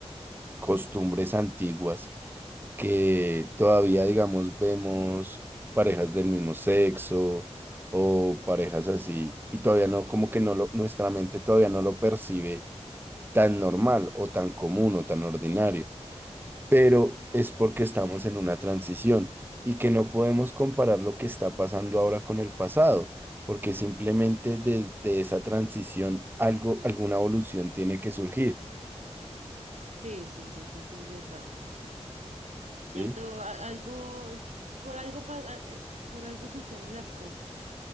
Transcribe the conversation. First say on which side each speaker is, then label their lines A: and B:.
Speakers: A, on the right; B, on the right.
A: costumbres antiguas, que todavía, digamos, vemos parejas del mismo sexo o parejas así y todavía no, como que no lo, nuestra mente todavía no lo percibe tan normal o tan común o tan ordinario. pero es porque estamos en una transición y que no podemos comparar lo que está pasando ahora con el pasado, porque simplemente desde esa transición algo, alguna evolución tiene que surgir,
B: Sí, sí, sí, eso sí es verdad.
A: ¿sí?
B: Sí, todo a- algo por algo pa- a- eh, por algo suceden las cosas.